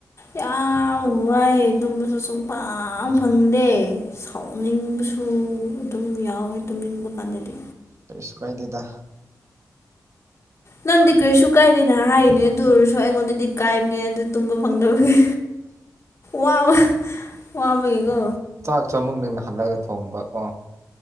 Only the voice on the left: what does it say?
ꯌꯥꯝ ꯋꯥꯏ ꯇꯨꯝꯕꯁꯨ ꯁꯨꯡꯄꯪ
ꯐꯪꯗꯦ ꯁꯥꯎꯅꯤꯡꯕꯁꯨ ꯎꯝ ꯑꯗꯨꯝ ꯌꯥꯎꯋꯦ ꯇꯨꯝꯅꯤꯡꯕ ꯀꯥꯟꯗꯗꯤ
ꯅꯪꯗꯤ ꯀꯔꯤꯁꯨꯨ ꯀꯥꯏꯗꯦꯅ ꯍꯥꯏꯒꯅꯤ ꯑꯗꯨ ꯑꯣꯏꯔꯁꯨ ꯑꯩꯉꯣꯟꯗꯤ ꯀꯥꯏꯕꯅꯦ ꯑꯗꯨ ꯇꯨꯝꯕ ꯐꯪꯗꯕꯒꯤ ꯋꯥꯕ ꯋꯥꯕꯒꯤ ꯀꯣ